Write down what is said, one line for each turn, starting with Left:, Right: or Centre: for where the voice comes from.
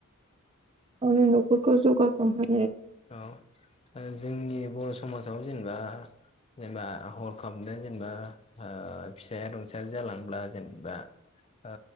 Right: गावनि न'खरखौ जौगाखांहो
Left: औ ओ जोंनि बर' समाजाव जेनेबा जेनेबा हरखाबनो जेनेबा ओ फिसाया रुंसारि जालांब्ला जेनेबा ओ